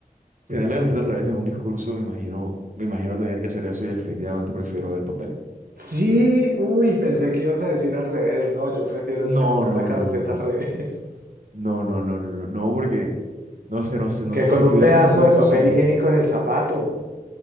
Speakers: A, on the right; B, on the right.
A: tener la camiseta al revés en un discurso, me imagino, me imagino tener que hacer eso y definitivamente prefiero el papel.
B: Sí, uy, pensé que ibas a decir al revés. No, yo prefiero
A: No,
B: salir con
A: no,
B: la camiseta
A: no, no,
B: al revés.
A: no, no, no, no, no, no, porque no sé, no sé, no
B: Que
A: sé,
B: con
A: si estoy
B: un pedazo
A: dando un discurso
B: de papel
A: siento,
B: higiénico en el zapato.